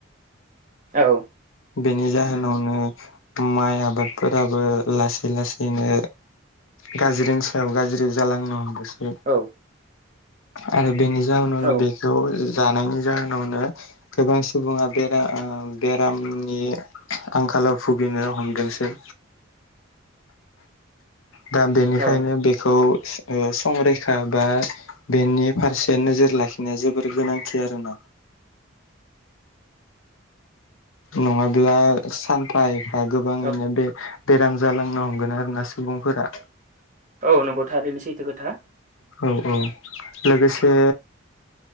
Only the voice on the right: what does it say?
औ
औ
औ
औ
औ
औ नंगौथ' ओरैनो सैथो खोथा